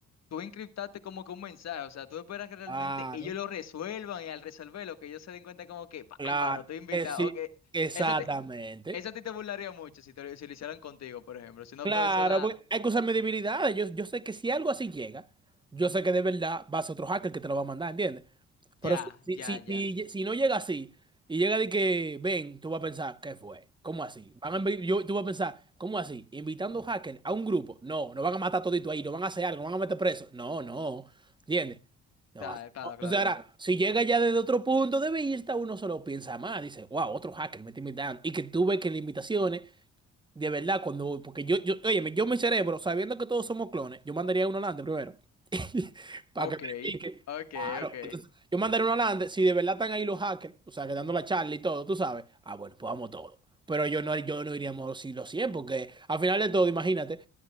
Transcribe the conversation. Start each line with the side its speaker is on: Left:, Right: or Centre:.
Left: tú encriptaste como que un mensaje, o sea, tú esperas que realmente
Right: Claro,
Left: ellos lo resuelvan y al resolverlo, que ellos se den cuenta como que,
Right: claro,
Left: bárbaro, estoy invitado,
Right: que sí,
Left: ok,
Right: exactamente.
Left: esa, te- esa a ti te burlaría mucho si, te lo- si lo hicieran contigo, por ejemplo, si una
Right: Claro,
Left: persona,
Right: porque hay que usar mis debilidades. Yo, yo sé que si algo así llega, yo sé que de verdad va a ser otro hacker que te lo va a mandar, ¿entiendes? Pero
Left: ya,
Right: si, si,
Left: ya,
Right: si,
Left: ya,
Right: si- si no llega así y llega de que ven, tú vas a pensar, ¿qué fue? ¿Cómo así? Van a invi- yo, tú vas a pensar, ¿cómo así? Invitando hackers a un grupo. No, no van a matar todito ahí, no van a hacer algo, no van a meter preso. No, no. ¿Entiendes? No,
Left: claro,
Right: así
Left: claro,
Right: no. Entonces
Left: claro, claro,
Right: ahora, si llega ya desde otro punto de vista, uno solo piensa más, dice, wow, otro hacker me está invitando. Y que tú ves que las invitaciones, de verdad, cuando, porque yo, yo, óyeme, yo mi cerebro, sabiendo que todos somos clones, yo mandaría uno adelante primero. <laughs> Para
Left: ok,
Right: que verifique.
Left: ok,
Right: Claro.
Left: ok,
Right: Entonces, yo mandaré una Holanda. Si de verdad están ahí los hackers, o sea, que dando la charla y todo, tú sabes. Ah, bueno, pues vamos todos. Pero yo no, yo no iríamos si los 100, porque al final de todo, imagínate,